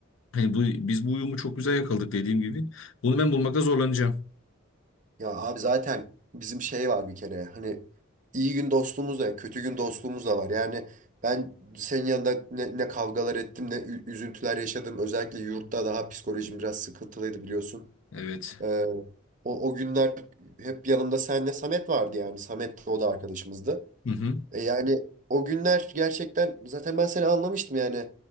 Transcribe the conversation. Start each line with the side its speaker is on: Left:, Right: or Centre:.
Left: Hani bu biz bu uyumu çok güzel yakaladık dediğim gibi. Bunu ben bulmakta zorlanacağım.
Right: Ya abi zaten bizim şey var bir kere hani iyi gün dostluğumuz da kötü gün dostluğumuz da var. Yani ben senin yanında ne, ne kavgalar ettim ne ü- üzüntüler yaşadım. Özellikle yurtta daha psikolojim biraz sıkıntılıydı biliyorsun.
Left: Evet.
Right: Ee, o, o günler hep yanımda senle Samet vardı yani. Samet de o da arkadaşımızdı.
Left: Hı hı.
Right: E yani o günler gerçekten zaten ben seni anlamıştım yani.